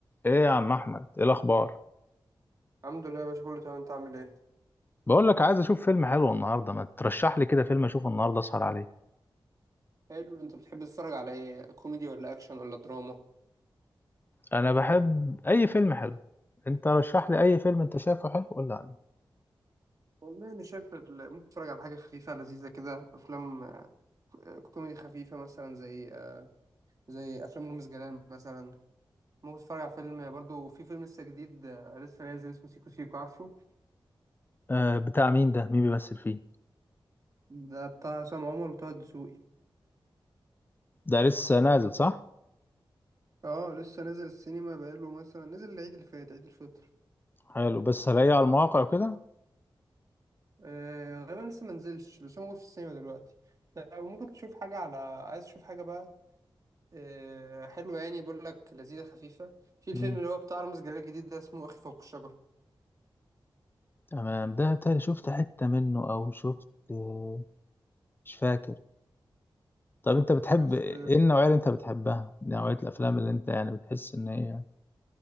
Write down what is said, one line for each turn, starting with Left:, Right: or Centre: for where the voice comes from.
Left: ايه يا عم احمد ايه الاخبار
Right: الحمد لله يا باشا كله تمام انت عامل ايه
Left: بقول لك عايز اشوف فيلم حلو النهارده ما ترشح لي كده فيلم اشوفه النهارده اسهر عليه
Right: حلو انت بتحب تتفرج على ايه كوميدي ولا اكشن ولا دراما
Left: انا بحب اي فيلم حلو انت رشح لي اي فيلم انت شايفه حلو قول لي عليه
Right: والله انا شايف ال- ممكن اتفرج على حاجه خفيفه لذيذه كده افلام آه، كوميدي خفيفه مثلا زي آه، زي افلام رامز جلال مثلا ممكن اتفرج على فيلم برضو في فيلم لسه جديد آه، لسه نازل اسمه سيكو سيكو عارفه
Left: آه بتاع مين ده مين بيمثل فيه
Right: ده بتاع عصام عمر وطه الدسوقي
Left: ده لسه نازل صح
Right: اه لسه نازل السينما بقاله مثلا نزل العيد اللي فات عيد الفطر
Left: حلو بس هلاقيه على المواقع وكده
Right: آه غالبا لسه ما نزلش بس هو موجود في السينما دلوقتي لو ممكن تشوف حاجه على عايز تشوف حاجه بقى آه، حلو يعني بقول لك لذيذة خفيفة في الفيلم
Left: امم
Right: اللي هو بتاع رامز جلال الجديد ده اسمه أخي فوق الشجرة
Left: تمام ده تاني شفت حتة منه او شفت آه، مش فاكر طب انت بتحب
Right: بس
Left: ايه
Right: آه
Left: النوعية اللي انت بتحبها نوعية الافلام اللي انت يعني بتحس ان هي